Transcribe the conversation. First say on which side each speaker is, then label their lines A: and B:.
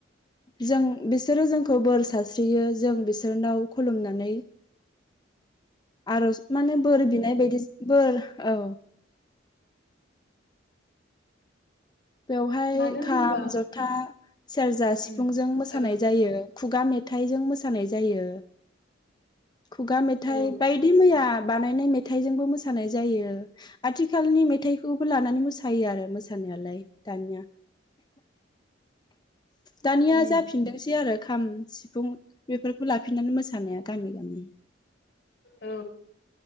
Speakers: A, on the left; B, on the left.
A: जों बिसोरो जोंखौ बोर सस्रियो जों बिसोरनाव खुलुमनानै आरज माने बोर बिनाय बायदि बोर औ बेवहाय
B: मानो
A: खाम
B: होनोबा
A: जथा सेरजा
B: उम
A: सिफुंजों मोसानाय
B: औ
A: जायो खुगा मेथाइ <unintelligible> जों मोसानाय जायो खुगा मेथाइ
B: औ
A: बायदि मैया बानायनाय मेथाइजोंबो मोसानाय जायो आथिखालनि मेथाइखौबो लानानै मोसायो आरो मोसानायालाय दानिया दानिया
B: उम
A: जाफिनदोंसै आरो खाम सिफुं बेफोरखौ ला फिनानै मोसानाया गामि गामि।
B: औ